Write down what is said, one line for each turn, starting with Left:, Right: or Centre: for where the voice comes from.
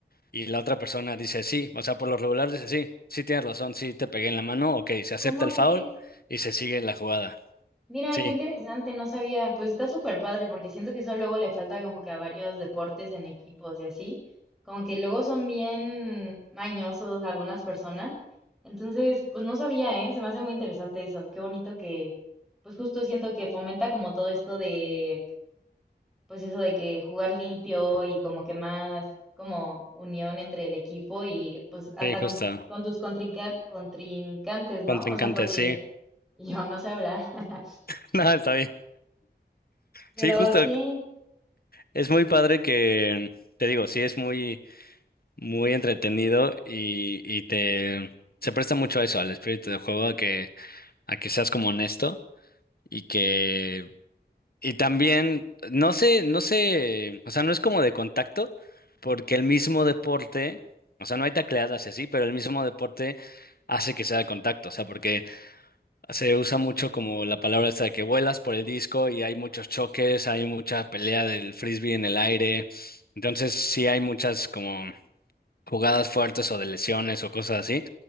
Left: y la otra persona dice sí, o sea, por lo regular dice sí, sí tienes razón, sí te pegué en la mano, ok, se acepta
Centre: ¿Cómo
Left: el foul
Centre: crees?
Left: y se sigue la jugada.
Centre: Mira,
Left: Sí,
Centre: qué interesante, no sabía, pues está súper padre porque siento que eso luego le falta como que a varios deportes en equipos y así, como que luego son bien mañosos algunas personas, entonces pues no sabía, ¿eh? Se me hace muy interesante eso, qué bonito que pues justo siento que fomenta como todo esto de pues eso de que jugar limpio y como que más como unión entre el equipo y pues hasta
Left: sí, justo,
Centre: con, con tus contrinca- contrincantes, ¿no?
Left: contrincante,
Centre: O sea, porque
Left: sí,
Centre: <laughs> yo no sé hablar. <laughs>
Left: <laughs> no, está bien.
Centre: Pero
Left: Sí, justo,
Centre: sí,
Left: es muy padre que, te digo, sí es muy, muy entretenido y, y te, se presta mucho a eso, al espíritu de juego, a que, a que seas como honesto y que Y también, no sé, no sé, o sea, no es como de contacto, porque el mismo deporte, o sea, no hay tacleadas y así, pero el mismo deporte hace que sea de contacto, o sea, porque se usa mucho como la palabra esta de que vuelas por el disco y hay muchos choques, hay mucha pelea del frisbee en el aire, entonces sí hay muchas como jugadas fuertes o de lesiones o cosas así.